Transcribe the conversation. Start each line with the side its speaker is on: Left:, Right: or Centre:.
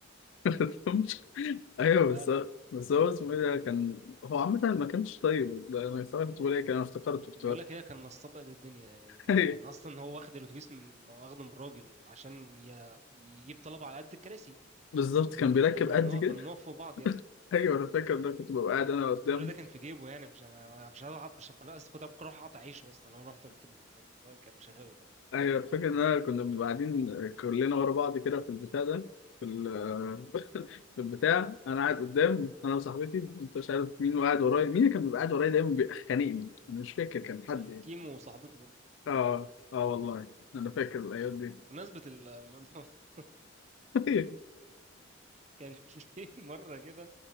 Left: <laughs> ايوه
Right: لا
Left: بس
Right: لا
Left: بس هو اسمه ايه ده كان هو عامة ما كانش طيب ده انا صراحة كنت بقول ايه كان انا افتكرته افتكرت
Right: بقول لك هي كان نصاب قد الدنيا يعني كان
Left: <laughs> أيوة.
Right: كان اصلا هو واخد الاتوبيس من واخده من الراجل عشان ي- يجيب طلبه على قد الكراسي
Left: بالظبط كان بيركب
Right: احنا كنا
Left: قد
Right: بنوقف
Left: كده
Right: كنا بنقف
Left: <laughs>
Right: فوق بعض يا ابني
Left: ايوه انا فاكر ده كنت ببقى قاعد انا قدام
Right: كل ده كان في جيبه يعني مش انا أنا مش هروح أقعد- مش هبقى- أنا اصلا كنت ممكن اروح اقطع عيشه اصلا لو انا رحت قلت ال- الواد كان مشغله ده
Left: ايوه أنا فاكر ان انا كنا بنبقى قاعدين كلنا ورا بعض كده في البتاع ده في ال- <laughs> في البتاع انا قاعد قدام انا وصاحبتي وانت مش عارف مين وقاعد ورايا مين اللي كان بيبقى قاعد ورايا دايما بيخانقني انا مش فاكر كان حد
Right: كان
Left: يعني
Right: كيمو وصاحبته برضه
Left: اه اه والله انا فاكر الايام دي
Right: بمناسبة الموضوع <laughs>
Left: <laughs>
Right: كان في مرة كده